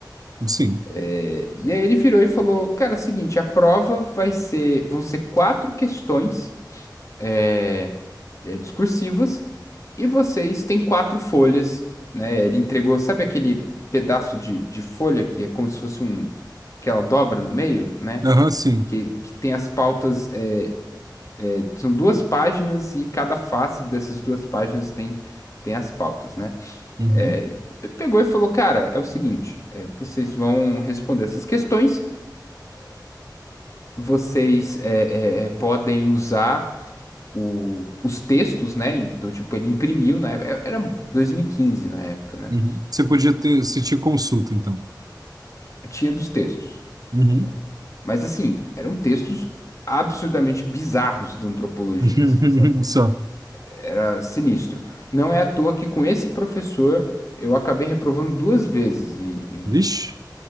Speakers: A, on the right; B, on the left.
A: sim.
B: É, E aí ele virou e falou: Cara, é o seguinte, a prova vai ser, vão ser quatro questões é, é, discursivas e vocês têm quatro folhas, né? Ele entregou, sabe aquele pedaço de, de folha que é como se fosse um que ela dobra no meio, né?
A: Aham, sim.
B: Que, que tem as pautas, é, é, são duas páginas e cada face dessas duas páginas tem, tem as pautas, né?
A: Uhum,
B: É, ele pegou e falou: Cara, é o seguinte, é, vocês vão responder essas questões. vocês é, é, é, podem usar o- os textos, né? Então, tipo, ele imprimiu, né? é- Era 2015 na época, né?
A: uhum. Você podia ter, se te consulta, então.
B: Tinha dos textos,
A: Uhum.
B: né? Mas, assim, eram textos absurdamente bizarros da antropologia,
A: <laughs>
B: assim, sabe?
A: Só.
B: Era sinistro. Não é à toa que com esse professor eu acabei reprovando duas vezes em, em-
A: Vixe.